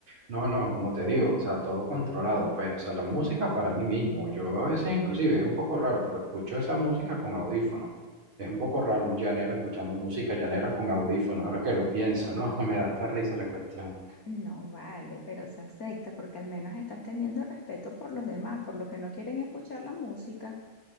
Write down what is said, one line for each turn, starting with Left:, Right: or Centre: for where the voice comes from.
Right: No, no, como te digo, o sea, todo controlado, pues, o sea, la música para mí mismo. Yo a veces inclusive es un poco raro, pero escucho esa música con audífono. Es un poco raro un llanero escuchando música llanera con audífonos, ahora que lo pienso, ¿no? <laughs> Me da hasta risa la cuestión.
Left: No vale, pero se acepta porque al menos estás teniendo respeto por los demás, por lo que no quieren escuchar la música.